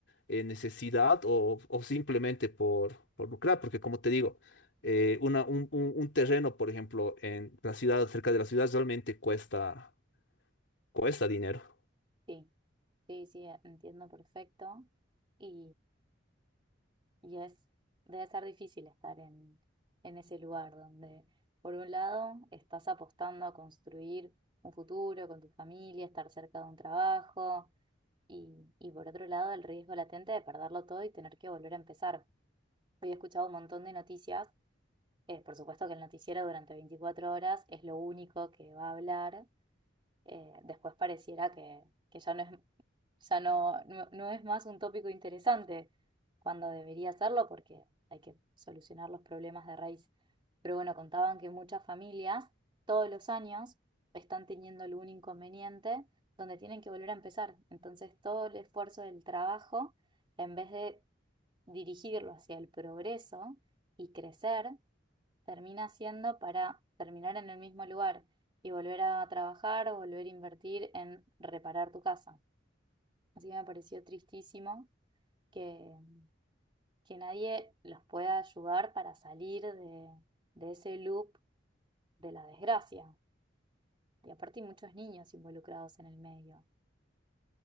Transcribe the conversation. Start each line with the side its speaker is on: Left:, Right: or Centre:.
Left: eh, necesidad o, o simplemente por, por lucrar, porque como te digo, eh, una, un, un- un terreno, por ejemplo, en la ciudad, cerca de la ciudad, realmente cuesta, cuesta dinero.
Right: Sí, sí, sí, entiendo perfecto. Y Y es, debe ser difícil estar en, en ese lugar donde, por un lado, estás apostando a construir un futuro con tu familia, estar cerca de un trabajo, y, y por otro lado, el riesgo latente de perderlo todo y tener que volver a empezar. Hoy he escuchado un montón de noticias. eh, por supuesto que el noticiero durante 24 horas es lo único que va a hablar, eh, después pareciera que, que ya no es, ya no, no, no es más un tópico interesante cuando debería serlo porque hay que solucionar los problemas de raíz. Pero bueno, contaban que muchas familias todos los años están teniendo algún inconveniente donde tienen que volver a empezar. Entonces todo el esfuerzo del trabajo, en vez de dirigirlo hacia el progreso y crecer, termina haciendo para terminar en el mismo lugar y volver a trabajar o volver a invertir en reparar tu casa. Así que me pareció tristísimo que, que nadie los pueda ayudar para salir de, de ese loop de la desgracia. Y aparte hay muchos niños involucrados en el medio.